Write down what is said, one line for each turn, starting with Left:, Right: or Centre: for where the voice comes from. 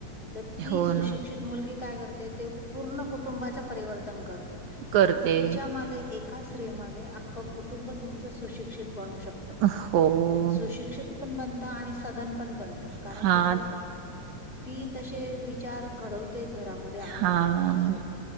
Left: तर ती
Right: हो
Left: सुशिक्षित
Right: ना,
Left: मुलगी काय करते ते पूर्ण कुटुंबाचं परिवर्तन करते
Right: करते.
Left: म्हणजे तिच्या मागे एका स्त्रीमागे अख्खं कुटुंब तुमचं सुशिक्षित बनू शकत
Right: हो.
Left: सुशिक्षित पण बनता आणि सदन पण ब कारण
Right: हां,
Left: कस ती तसे विचार घडव घरामध्ये आणून
Right: हां
Left: आणून अस